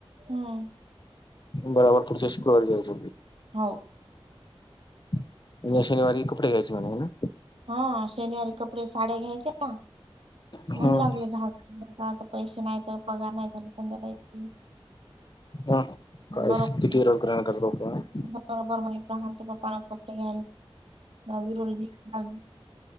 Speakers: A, on the right; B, on the left.
A: हम्
B: बराबर पुढच्या शुक्रवारी जायच
A: हो
B: म्हणजे शनिवारी कपडे घ्यायचे म्हणे ना
A: हा शनिवारी कपडेे, साडया घ्यायच्या ना
B: हम्म
A: म्हनू लागले <unintelligible> आता पैसे नाहीत. बघा नाही झाल संध्याकाळी
B: हा
A: <unintelligible>
B: काय
A: बरोब
B: <unintelligible>
A: बरोबर म्हणे प्रहानच्या पप्पाना कपडे घ्याय नवी रुल्बी हा